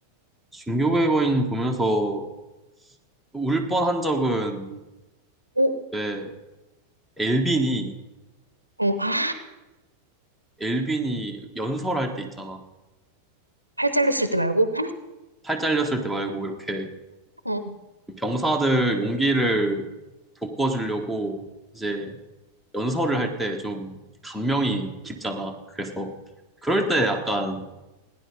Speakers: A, in the centre; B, on the right.
A: 중교의 거인 보면서 울 뻔한 적은
B: 오,
A: 왜 엘빈이
B: 어, 아,
A: 엘빈이 연설할 때 있잖아.
B: 팔 잘렸을 때 말고?
A: 팔 잘렸을 때 말고 이렇게
B: 어, 어
A: 병사들 용기를 돋궈주려고 이제 연설을 할 때 좀 감명이 깊잖아. 그래서 그럴 때 약간